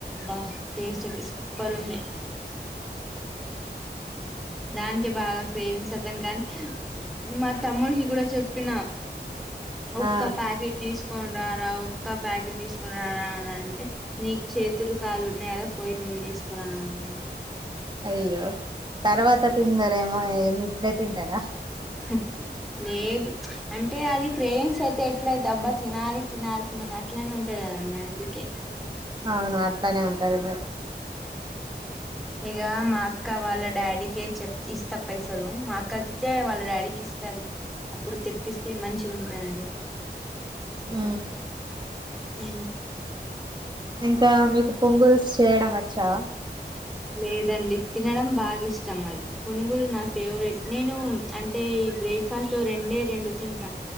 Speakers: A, in the centre; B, on the right.
A: బా టేస్ట్ తీస్ పరుండే దానికే బాగా క్రేవింగ్స్ వద్దాను కానీ మా తమ్ముడికి కూడా చె చెప్పిన ముఒక్క
B: ఆ
A: ప్యాకెట్ తీసుకని రారా ఒక బ్యాగెట్ తీసుకుని రా అని అంటే నీ చేతులు కాలుు ఉన్నాయి కదా పోయి నువ్వే తీసుకురా అన్న
B: అయ్యేఅయ్యో తర్వాత తిందారేమో ఏమి ఇప్పుడే తింటారా
A: హ లేదు అంటే అది క్రేవింగ్స్ అయితే ఎట్లయితే అబ్బా తినాలి తినాలి తిన అట్లనే ఉంటుందిా కద వుం ఎందుకే
B: అవును అట్లనే ఉంటది మరి
A: ఇక మా అక్క వాళ్ళ డాడీకే చెప్ ఇస్తా పైసలు మా అక్కకి అే వాళ్ళ డాడీకి ఇస్తుది అప్పుడు తెప్పిస్తే మంచిగా ఉంటందండి
B: ఆ
A: హ
B: ఇంకా మీకు పొంగుల్స్ చేయడం వచ్చా
A: లేదండి తినడం బాగా ఇష్టం అది పునుగులు నా ఫేవరెట్ నేను అంటే బ్రేక్ఫాస్ట్ లో రెండే రెండు తింటా